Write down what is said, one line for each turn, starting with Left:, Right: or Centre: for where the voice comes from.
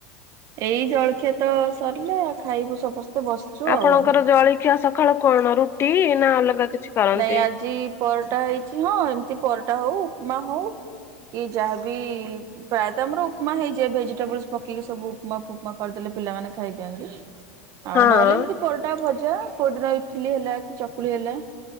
Right: ଏଇ ଜଳଖିଆ ତ ସରିଲା ଖାଇବୁ ସମସ୍ତେ ବସିଛୁ
Left: ଆପଣଙ୍କର
Right: ଆଉ।
Left: ଜଳଖିଆ ସ ଖାଳ କଣ ରୁଟି ନା ଅଲଗା କିଛି? କରନ୍ତି?
Right: ନାଇଁ ଆଜି ପରଟା ହେଇଛି ହଁ ଏମିତି ପରଟା ହଉ ଉପମା ହଉ କି ଯାହାବି ପ୍ରାୟତଃ ଆମର ଉପମା ହେଇଯାଏ ଭେଜିଟେବୁଲସ ପକେଇକି ସବୁ ଉପମା ଫୁପମା କରିଦେଲେ ପିଲାମାନେ ଖାଇଦିଅନ୍ତି। ଆଉ
Left: ହଁ
Right: ନହେଲେ ଏମିତି ପରଟା ଭଜା କୋଉଦିନ ଇଟିଲି ହେଲା କି ଚକୁଳି ହେଲା।